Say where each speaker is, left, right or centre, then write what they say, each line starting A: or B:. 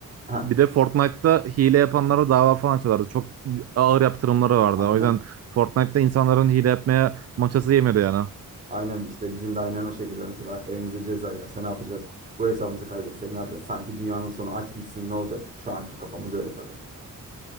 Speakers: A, on the right (about 25°); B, on the right (about 50°).
A: ha
B: bir de Fortnite'ta hile yapanlara dava falan açıyorlardı. Çok ağır yaptırımları vardı.
A: aynen
B: O yüzden Fortnite'ta insanların hile yapmaya maçası yemiyordu yani.
A: aynen işte bizim de aynen o şekilde mesela evimize ceza gelse ne yapacağız? Bu hesabımızı kaybetsek ne yapacağız? Sanki dünyanın sonu aç gitsin ne olacak? Şu anki kafamız öyle tabii.